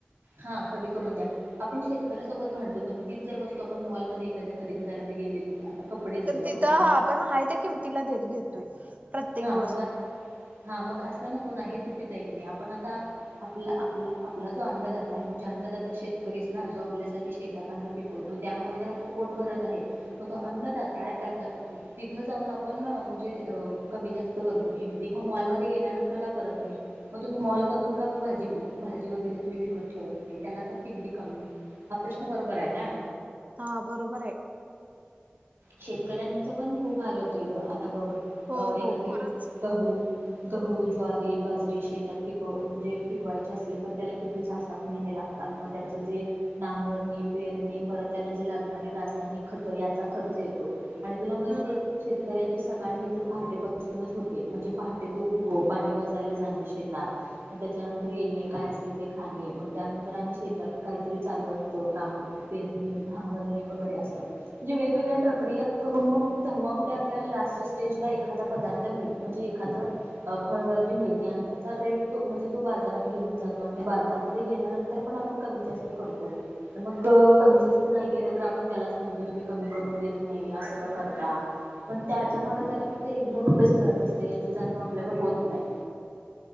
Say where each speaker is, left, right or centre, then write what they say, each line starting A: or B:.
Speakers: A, on the right (about 80°); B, on the right (about 40°).
A: हा कमी करून द्या, आपण शेतकऱ्यासोबत भांडतो पण तीच जर वस्तू आपण मॉलमध्ये एखाद्या खरेदी करायला गेलेली आता कपडेच
B: तर
A: बघ आपण
B: तिथं
A: मॉल
B: आपण हाय त्या किमतीला देत घेतोय. प्रत्येक
A: हा
B: वस्तू
A: मग हा मग असं न पुन्हा हे चुकीचं ये की नाही आपण आता आपला आप आपला जो अन्नदाता आहे म्हणजे अन्नदाता शेतकरी जो आपल्यासाठी शेतात अन्न पिकवतो त्यामुळे तर आपलं पोट भरत आहे, मग तो अन्नदाता आहे मग तिथं जाऊन आपण ना म्हणजे अ कमी जास्त करतो किमती मग मॉलमध्येध्ये गेल्यानंतर का करत नाही, मग तुम्ही मॉलमधून का मग भाजी भाजी वगैरे तुम्ही विकत ठेवत नाही त्याला का किमती कमी हा प्रश्न बरोबर आहे ना!
B: हा बरोबर ये
A: शेतकऱ्यांच पण खूप हाल होतेय ग आता बघ
B: हो
A: अ
B: हो
A: एखादी
B: खरंच
A: गहू गहू ज्वारी बाजरी शेतात पिक म्हणजे पिकवायची असेल तर त्याला किती सहा सात महिने लागतात मग त्याचं जे नांगरणी पेरणी परत त्याला जे लागणारे रासायनिक खत याचा खर्च येतो आणि तुला माहीती
B: हम्म
A: ये शेतकऱ्यांची ही सकाळ ही तर पहाटेपासूनच होते म्हणजे पहाटे तो उठतो पाणी पाजायला जाणे शेतात मग त्याच्यानंतर येणे, काय असेल ते खाणे, मग त्यानंतर आणि शेतात काहीतरी चालू असतं कापणी पेरणी भांगलणे वगैरे असं म्हणजे वेगवेगळ्या प्रक्रिया करून मग तेव्हा कुठे आपल्याला लास्ट स्टेज ला एखादा पदार्थ मिळ म्हणजे एखाद फळभाजी मिळते आणि त्याचा रेट त म्हणजे तो बाजारात घेऊन जातो आणि ते बाजारामध्ये गेल्यानंतर पण मग कमी-जास्त करतो मग कमी-जास्त नाही केलं तर आपण त्यालाच म्हणतो तु कमी करून नाही असं का करता पण त्याच्या माग त्याला फक्त एक दोन रुपयेच मिळत असते याची जाणीव आपल्याला होत नाही.